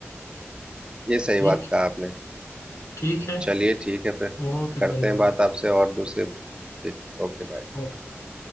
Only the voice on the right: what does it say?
ये सही
बात कहा आपने
चलिए ठीक है फिर
करते
हैं बात आपसे और दूसरे ओके बाय